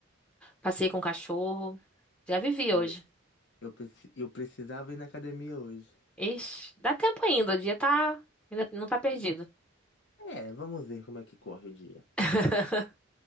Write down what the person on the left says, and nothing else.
Eu,
eu preci- eu precisava ir na academia hoje.
É, vamos ver como é que corre o dia.